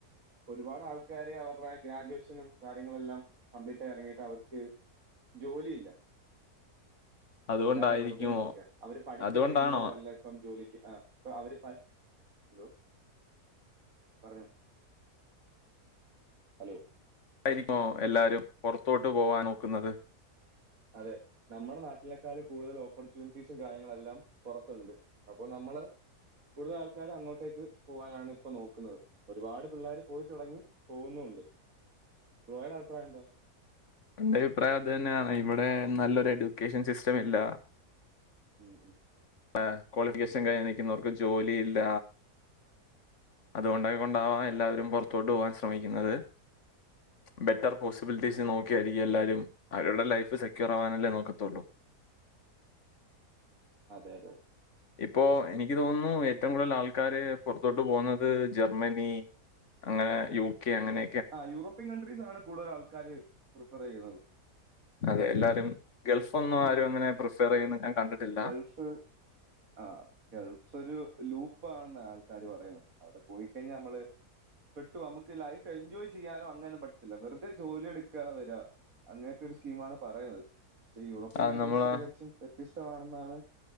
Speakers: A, on the right; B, on the left.
A: ഒരുപാട് ആൾക്കാര് അവർടെ ഗ്രാജുവേഷനും കാര്യങ്ങളെല്ലാം കംപ്ലീറ്റ് ആയി ഇറങ്ങിയിട്ട് അവർക്ക് ജോലിയില്ല
B: അതുകൊണ്ടായിരിക്കുമോ
A: എല്ലാരും വെറുതെ നിക്കാണ് അവര് പഠിച്ച
B: അതുകൊണ്ടാണോ
A: ഫീൽഡിലോട്ട് അല്ല അപ്പം ജോലിക്ക് ആ ഇപ്പം അവര് പ ന്ദോ പറഞ്ഞോ ഹലോ
B: ആയിരി <unintelligible> എല്ലാരും പൊർത്തോട്ട് പോവാൻ നോക്ക്ന്നത്
A: അതെ നമ്മുടെ നാട്ടിലേക്കാളും കൂടുതൽ ഓപ്പർച്യൂണിറ്റീസും കാര്യങ്ങളെല്ലാം പൊറത്തുണ്ട് അപ്പൊ നമ്മള് കൂടുതൽ ആൾക്കാര് അങ്ങോട്ടേക്ക് പോവാനാണ് ഇപ്പ നോക്കുന്നത് ഒരുപാട് പിള്ളേര് പോയി തുടങ്ങി പോവുന്നുണ്ട് ബ്രോയുടെ അഭിപ്രായം എന്താ
B: എന്റെ അഭിപ്രായം അത് തന്നെയാണ് ഇവിടെ നല്ലൊരു എഡ്യൂക്കേഷൻ സിസ്റ്റം ഇല്ല
A: ഉം ഉം
B: ല്ല ക്വാളിഫിക്കേഷൻ കഴിഞ്ഞു നിക്കുന്നവർക്ക് ജോലിയില്ല അതുകൊണ്ട് അത് കൊണ്ടാവാ എല്ലാവരും പൊർത്തോട്ട് പോവാൻ ശ്രമിക്കുന്നത് ബെറ്റർ പോസിബിലിറ്റീസ്
A: അതെ
B: നോക്കിയായിരിക്കും
A: അതെ
B: എല്ലാരും അവരുടെ ലൈഫ് സെക്യൂറാവാനല്ലേ നോക്കത്തുള്ളൂ
A: അതെ അതെ
B: ഇപ്പോഎനിക്ക് തോന്നുന്നു ഏറ്റവും കൂടുതൽ ആൾക്കാര് പൊർത്തോട്ട് പോവുന്നത് ജർമ്മനി അങ്ങനെ യു കെ അങ്ങനെ
A: ആ യൂറോപ്യൻ കൺഡ്രീസ് ആണ് കൂടുതൽ ആൾക്കാര് പ്രിഫർ ചെയ്യുന്നത്
B: അതെ എല്ലാരും ഗൾഫ് ഒന്നു
A: ഉം.
B: ആരു അങ്ങനെ പ്രിഫർ ചെയ്യുന്ന ഞാൻ കണ്ടിട്ടില്ല
A: ഗൾഫ് ആ ഗൾഫ് ഒരു ലൂപ്പ് ആണെന്നാ ആൾക്കാര് പറയുന്നത് അവടെ പോയിക്കഴിഞ്ഞാ ഞമ്മള് പെട്ടു നമ്മക്ക് ലൈഫ് എൻജോയ് ചെയ്യാനോ അങ്ങനെ പറ്റത്തില്ല വെറുതെ ജോലി എടുക്കാ വരാ അങ്ങൻത്തെ ഒരു സ്കീം ആണ് പറയുന്നത് പക്ഷെ യൂറോപ്യൻ
B: അത്
A: കൺട്രീസ്
B: നമ്മള്
A: തികച്ചും വ്യത്യസ്തമാണെന്നാണ്